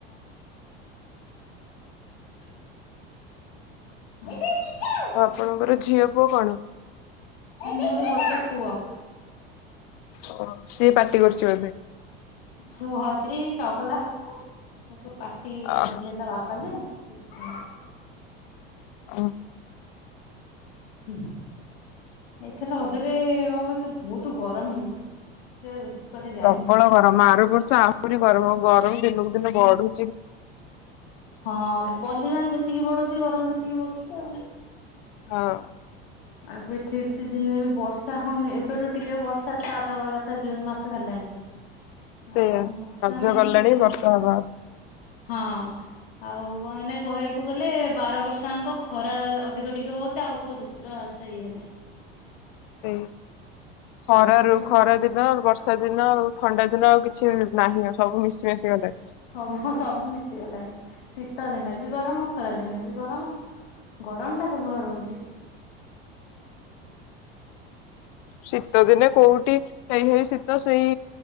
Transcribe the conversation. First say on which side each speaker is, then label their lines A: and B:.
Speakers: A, on the left; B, on the left.
A: <inaudible>
B: ଆଉ ଆପଣଙ୍କର ଝିଅ ପୁଅ କଣ?
A: ମୋର ଗୋଟେ ପୁଅ।
B: ଓ ସିଏ ପାର୍ଟି କରୁଛି ବୋଧେ।
A: ପୁହଛି ଏଇ ଚଗଲା ହଉଛି ତା। ସବୁ ପାଟି
B: ଓହୋ।
A: କରିଥିଲେ ତା ବାପା ଯେ। ସେ <unintelligible>
B: ହଉ।
A: ଉଁ, ହୁଁ। ଏଇଥର ରଜରେ ବହୁତ, ବହୁତ ଗରମ ହେଇଛି <unintelligible> ବେଶୀ। କୁଆଡେ ଯାଇନାହାନ୍ତି।
B: ପ୍ରବଳ ଗରମ, ଆର ବର୍ଷ ଆହୁରି ଗରମ, ଗରମ ଦିନକୁ ଦିନ ବଢୁ,
A: ହଁ ପଲିସନ ଯେତିକି ବଢୁଛି, ଗରମ ସେତିକି ବଢୁଛି ଆଉ।
B: ହଁ।
A: ଏବେ ଠିକ ସିଜିନରେ ବି ବର୍ଷା ହଉନି ଏବେଠୁ ଟିକେ ବର୍ଷା ଷ୍ଟାର୍ଟ। ହବା କଥା ଜୁନ ମାସ ହେଲାଣି,
B: ସେଇଆ
A: ଆଉ ବର୍ଷା
B: ରଜ
A: ନାହିଁ
B: ଗଲାଣି
A: ଖାଲି
B: ବର୍ଷା
A: ଗରମ।
B: ହବା କଥା
A: ହଁ। ଆଉ ମାନେ କହିବାକୁ ଗଲେ ବାର ବର୍ଷଯାଙ୍କ ଖରା ଅଧିକ ଟିକେ ହଉଛି। ଆଉ କୋଉ ଋତୁ ର ଏତେ ଇଏ ନାହିଁ।
B: ସେଇଆ,
A: ସବୁ
B: ଖରାରୁ
A: ମାସରେ କିନ୍ତୁ
B: ଖରା ଦିନ ବର୍ଷା ବର୍ଷାଦିନ ଆଉ ଥଣ୍ଡା ଦିନ ଆଉ କିଛି ନାହିଁ। ଆଉ ସବୁ ମିଶି ମାଶି ଗଲାଣି।
A: ସବୁ, ସବୁ ମିଶିଗଲାଣି। ଶୀତ ଦିନେ ବି ଗରମ, ଖରା ଦିନେ ବି ଗରମ। ଗରମ ଟା ସବୁବେଳେ ରହୁଛି।
B: ଶୀତ ଦିନେ କୋଉଠି ସେଇ ହେଇ ଶୀତ ସେଇ